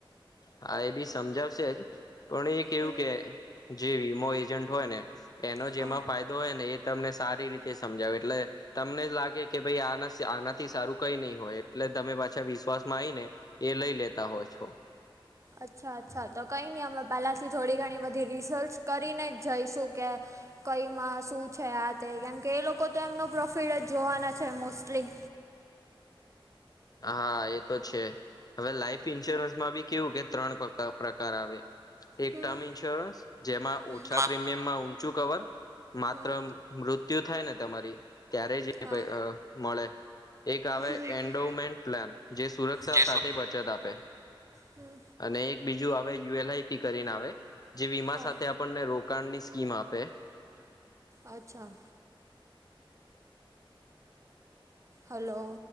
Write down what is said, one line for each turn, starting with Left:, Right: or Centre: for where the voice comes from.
Left: હા એ બી સમજાવશેજ પણ એ એવું
Right: હમ
Left: કે જે વીમો એજન્ટ હોય ને એનો
Right: હા
Left: જેમાં ફાયદો તો હોય ને એ તમને સારી રીતે સમજાવે એટલે તમને જ લાગે કે ભાઈ આના આનાથી સારું કઈ નહી હોય એટલે તમે પાછા વિશ્વાસમાં આવી ને. એ લઈ લેતા હોય છો.
Right: અચ્છા અચ્છા તો કંઈ નહીં અમે પહેલાંથી થોડી ઘણી બધી રિસર્ચ કરીને જ જઈશું કે. કઈમાં શું છે આ તે કેમકે એ લોકો તો એમનો પ્રોફિટ જ જોવાના છે મોસ્ટલી.
Left: હા એ તો છે હવે લાઈફ ઈન્સ્યોરન્સમાં બી કેવું કે ત્રણ પ્રકાર આવે એક
Right: હમ
Left: ટર્મ ઇન્સ્યોરન્સ જેમાં ઓ
Right: હમ
Left: ઓછા પ્રીમિયમમાં ઊંચું કવર માત્ર
Right: હમ
Left: મૃત્યુ થાય ને તમારી ત્યારે જ એ
Right: હા
Left: પહિ મળે એક આવે
Right: હમ
Left: એન્ડ ઈમ્પ્રુવમેન્ટ પ્લાન જે સુરક્ષા
Right: જે
Left: સાથે
Right: સુ
Left: બચત આપે.
Right: હમ
Left: અને એક બીજું આવે યુ એલઆઈ પી કરીને આવે જે વીમા
Right: હા
Left: સાથે આપણને રો કાણ ની સ્કીમ આપે.
Right: અચ્છા. હલો